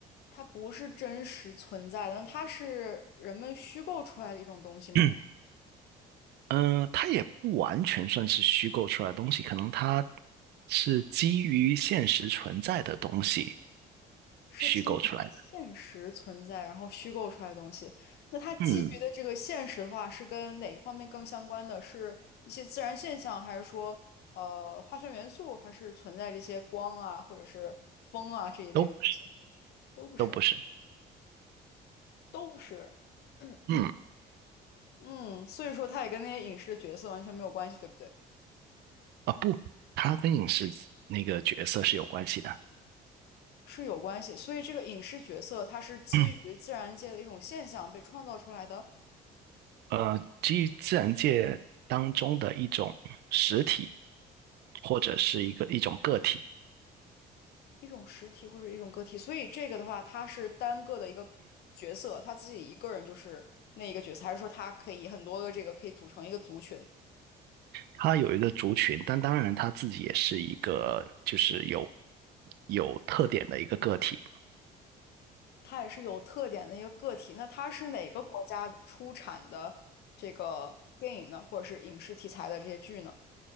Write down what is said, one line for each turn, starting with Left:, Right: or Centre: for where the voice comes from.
Left: 它不是真实存在的，那它是人们虚构出来的一种东西吗？
Right: 嗯、呃它也不完全算是虚构出来的东西，可能它是基于现实存在的东西
Left: 是基于现实存在，
Right: 虚构出来的。
Left: 然后虚构出来的东西。那它基于的这个现实的话，
Right: 嗯，
Left: 是跟哪个方面更相关的？是一些自然现象，还是说呃化学元素，还是存在这些光啊，或者是风啊这一类的东西？
Right: 都不是
Left: 都不是，
Right: 都不是。
Left: 都不是。<clears throat>
Right: 嗯
Left: 嗯，所以说它也跟那些影视角色完全没有关系，对不对？
Right: 啊、不，它跟影视那个角色是有关系的。
Left: 是有关系，所以这个影视角色它是基于自然界的一种现象被创造出来的
Right: <clears throat> 呃，基于自然界当中的一种实体，或者是一个一种个体，
Left: 一种实体或者一种个体，所以这个的话，它是单个的一个角色，他自己一个人就是那一个角色，还是说它可以很多个这个可以组成一个族群？
Right: 它有一个族群，但当然它自己也是一个就是有有特点的一个个体。
Left: 它也是有特点的一个个体。那它是哪个国家出产的这个电影呢，或者是影视题材的这些剧呢？